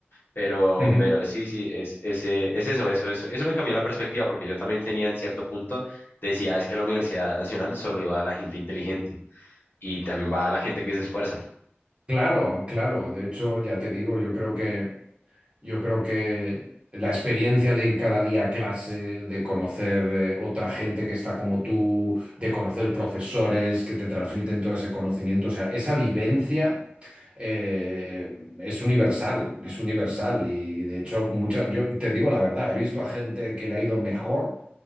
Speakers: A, on the left (about 60°); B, on the right (about 30°).
A: Pero,
B: <laughs>
A: pero sí, sí, es, ese, es eso, eso, eso, eso me cambió la perspectiva porque yo también tenía en cierto punto, decía, es que a la Universidad Nacional solo iba a la gente inteligente y también va a la gente que se esfuerza.
B: Claro, claro. De hecho, ya te digo, yo creo que Yo creo que la experiencia de ir cada día a clase, de conocer eh, otra gente que está como tú, de conocer profesores que te transmiten todo ese conocimiento, o sea, esa vivencia eh, es universal, es universal. Y de hecho, muchas, yo te digo la verdad, he visto a gente que le ha ido mejor